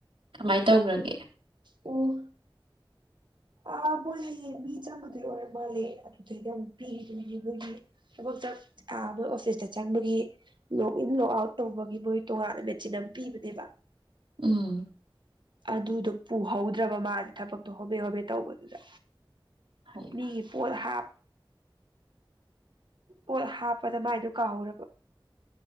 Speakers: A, on the right; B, on the right.
A: ꯀꯃꯥꯏꯅ ꯇꯧꯈ꯭ꯔꯒꯦ
B: ꯑꯣ ꯑ ꯃꯣꯏ ꯍꯌꯦꯡ ꯃꯤ ꯆꯪꯕꯗꯨ ꯑꯣꯏꯔ ꯃꯥꯜꯂꯦ ꯑꯗꯨꯗꯩꯗꯤ ꯑꯃꯨꯛ ꯄꯤꯈꯤꯗꯣꯏꯅꯦ ꯃꯣꯏꯒꯤ ꯊꯕꯛꯇ ꯑ ꯃꯣꯏ ꯑꯣꯐꯤꯁꯇ ꯆꯪꯕꯒꯤ ꯂꯣꯛ ꯏꯟ ꯂꯣꯛ ꯑꯥꯎꯠ ꯇꯧꯕꯒꯤ ꯃꯣꯏ ꯇꯣꯉꯥꯟꯅ ꯃꯦꯆꯤꯟ ꯑꯃ ꯄꯤꯕꯅꯦꯕ
A: ꯎꯝ
B: ꯑꯗꯨꯗꯣ ꯄꯨꯍꯧꯗ꯭ꯔꯕ ꯃꯥꯁꯦ ꯊꯕꯛꯇꯣ ꯍꯣꯕꯦ ꯍꯣꯕꯦ ꯇꯧꯕꯗꯨꯗ
A: ꯐꯩꯃ
B: ꯃꯤꯒꯤ ꯄꯣꯗ ꯍꯥꯞ ꯄꯣꯠ ꯍꯥꯞꯄꯗ ꯃꯥꯏꯗꯣ ꯀꯥꯍꯧꯔꯕ